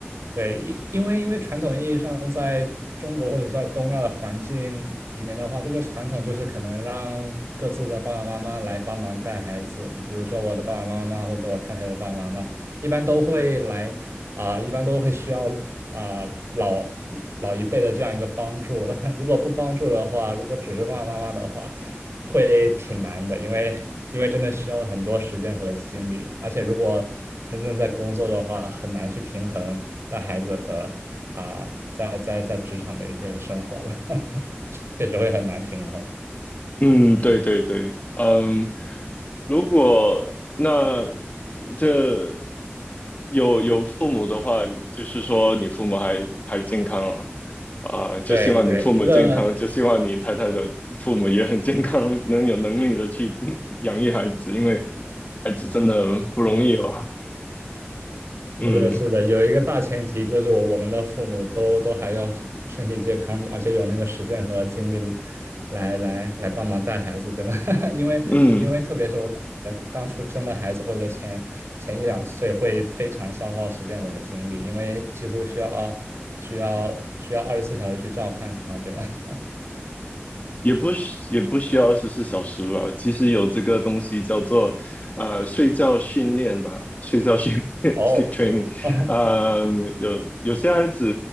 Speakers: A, on the right; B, on the left.
A: 对，因因为因为传统意义上，在中国或者在东亚的环境里面的话，这个传统就是可能让各自的爸爸妈妈来帮忙带孩子，比比如说我的爸爸妈妈或者我太太的爸爸妈妈，一般都会来啊、一般都会需要啊、老老一辈的这样一个帮助了。<laughs> 如果不帮助的话，如果只是爸爸妈妈的话，会挺难的，因为因为真的需要很多时间和精力，而且如果真正在工作的话，很难去平衡带孩子和啊、在在在职场的一些生活了，<laughs> 确实会很难平衡。
B: 嗯，对对对，嗯，如果那这有有父母的话，就是说你父母还还健康啊，啊、就希望你父母健康，
A: 对对，这个
B: 就希望你太太的父母也很健康，能有能力的去嗯养育孩子，因为孩子真的不容易哦。
A: 嗯。
B: 嗯
A: 是的，是的，有一个大前提就是我我们的父母都都还要身体健康，而且有那个时间和精力来来来帮忙带孩子，对吧？<laughs> 因为因为特别是我感觉刚出生的孩子或者前前一两岁会非常消耗时间和精力，
B: 嗯，
A: 因为几乎需要需要需要二十四小时去照看他，对吗？<laughs>
B: 也不需也不需要二十四小时吧。其实有这个东西叫做呃睡觉训练吧，睡觉训练
A: 哦
B: <laughs> （sleep training）。
A: <laughs>
B: 呃，有有些孩子，